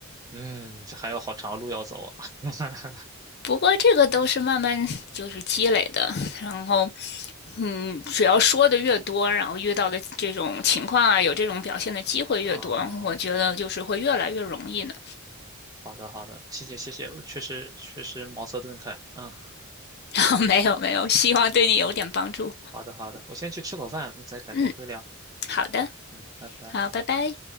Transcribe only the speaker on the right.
嗯，这还有好长的路要走啊。<laughs>
哦，
好的好的，谢谢谢谢，我确实确实茅塞顿开。嗯，
好的好的，我先去吃口饭，再改天会聊。
嗯，拜拜。